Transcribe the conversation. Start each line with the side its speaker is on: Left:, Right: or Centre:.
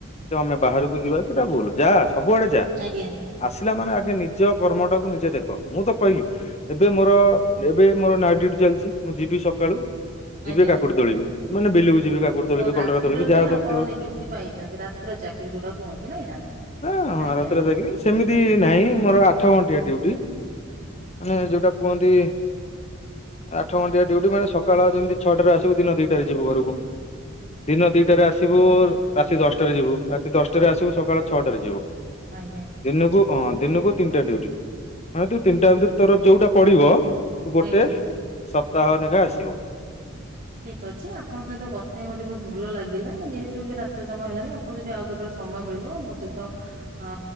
Left: ତ ଆମେ ବାହାରକୁ ଯିବା ସେଟା ଭୁଲ, ଯା ସବୁଆଡେ ଯା।
Right: ଆଜ୍ଞା
Left: ଆସିଲା ମାନେ ଆଗେ ନିଜ କର୍ମଟାକୁ ନିଜେ ଦେଖ। ମୁଁ ତ କହିଲି ଏବେ ମୋର ଏବେ ମୋର ନଇଟ୍ ଚାଲିଚି ମୁଁ ଯିବି ସକାଳୁ ଯିବି
Right: ଆଜ୍ଞା।
Left: କାକୁଡି ତୋଳିବି, ମାନେ ବିଲକୁ ଯିବି କାକୁଡି ତୋଳିବି
Right: ହଉ ରାତ୍ରରେ
Left: କଲରା ତୋଳିବି ଯାହା
Right: ଆପଣ
Left: ସବୁ ଥିବ
Right: ନିଯୁକ୍ତି ପାଇଚନ୍ତି, ରାତ୍ର ଚାକିରି ଯୋଉଟାକୁ କୁହନ୍ତି ନାଇଁ ନା।
Left: ହଁ
Right: ଆଜ୍ଞା
Left: ରାତିରେ
Right: ଆଜ୍ଞା।
Left: ଯାଇକିରି ସେମିତି ନାହିଁ ମୋର ଆଠ ଘଣ୍ଟିଆ ଡ୍ୟୁଟି ମାନେ ଯେଉଁଟା କୁହନ୍ତି ଆଠ ଘଣ୍ଡିଆ ଡିଉଟି, ମାନେ ସକାଳ ଜେମିତି ଛଅଟାରେ ଆସିବୁ ଦିନ ଦିଟାରେ ଯିବୁ ଘରକୁ। ଦିନ ଦିଟାରେ ଆସିବୁ ରାତି ଦଶଟାରେ ଯିବୁ, ରାତି ଦଶଟାରେ ଆସିବୁ ସକାଳ ଛଅଟାରେ ଯିବୁ।
Right: ଆଜ୍ଞା।
Left: ଦିନକୁ, ହଁ ଦିନକୁ ତିନିଟା ଡୁଉଟି ମାନେ ତୁ ତିନିଟା ଭିତରେ ତୋର ଯୋଉଟା ପଡିବ ତୁ ଗୋଟେ
Right: ଆଜ୍ଞା।
Left: ସପ୍ତାହ ଲେଖା ଆସିବ।
Right: ଠିକ୍ ଅଛି ଆପଣଙ୍କ ସହିତ କଥାହେଇକି ମତେ ବୋହୁତ ଭଲ ଲାଗିଲା, ଯେହେତୁ ଏବେ ରାତ୍ର ସମୟ ହେଲାଣି ଆପଣ ଯଦି ଆଉ କେତେବେଳେ ସମୟ ମିଳିବ ମୋ ସହିତ ଅ